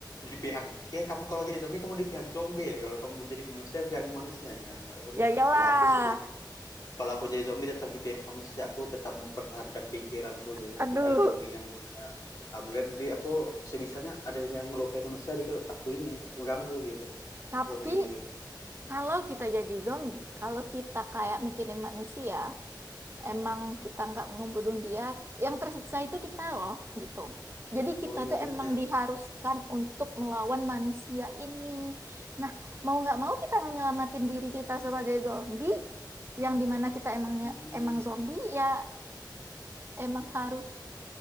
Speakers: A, on the left; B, on the right.
A: di pihak ya kamu kalau jadi zombie kamu di pihak zombie ya. kalau kamu jadi manusia pihak manusia ya nggak boleh
B: Ya iyalah.
A: lah kalau aku sih kalau aku jadi zombie tetap di pihak manusia aku tetap mempertahankan pikiranku gitu
B: Aduh.
A: aku kan zombie yang udah upgrade jadi aku sebisanya ada yang ngelukai manusia jadi aku ini aku ganggu gitu
B: Tapi
A: zombinya gitu
B: kalau kita jadi zombie, kalau kita kayak mikirin manusia, emang kita nggak ngebunuh dia, yang tersiksa itu kita loh, gitu. Jadi kita
A: oh iya
B: tuh
A: juga
B: emang
A: ya
B: diharuskan untuk melawan manusia ini. Nah, mau nggak mau kita nyelamatin diri kita sebagai zombie, yang dimana kita emangnya
A: hmm,
B: emang zombie ya emang harus